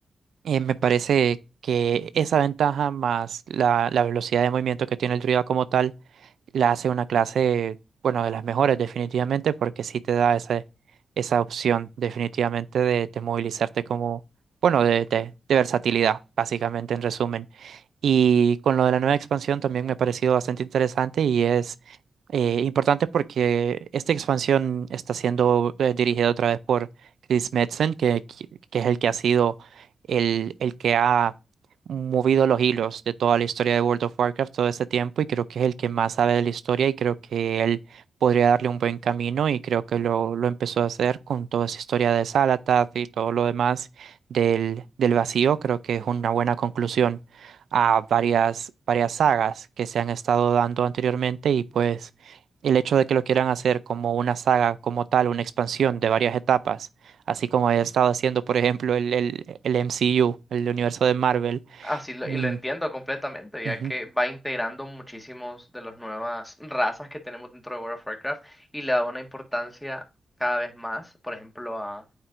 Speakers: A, on the right; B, on the left.
A: Eh, me parece que esa ventaja más la, la velocidad de movimiento que tiene el Druida como tal la hace una clase, bueno, de las mejores definitivamente porque sí te da esa, esa opción definitivamente de, de movilizarte como, bueno, de, de, de versatilidad, básicamente en resumen. Y con lo de la nueva expansión también me ha parecido bastante interesante y es eh, importante porque esta expansión está siendo eh, dirigida otra vez por Chris Metzen, que, que que es el que ha sido el, el que ha movido los hilos de toda la historia de World of Warcraft todo este tiempo y creo que es el que más sabe de la historia y creo que él podría darle un buen camino y creo que lo, lo empezó a hacer con toda esa historia de Xalatath y todo lo demás del, del vacío. Creo que es una buena conclusión a varias, varias sagas que se han estado dando anteriormente y pues el hecho de que lo quieran hacer como una saga como tal, una expansión de varias etapas así como haya estado haciendo, por ejemplo, el, el, el MCU, el universo de Marvel.
B: Así lo,
A: Mm,
B: y lo entiendo completamente, ya
A: ujú.
B: que va integrando muchísimos de las nuevas razas que tenemos dentro de World of Warcraft y le da una importancia cada vez más, por ejemplo, a,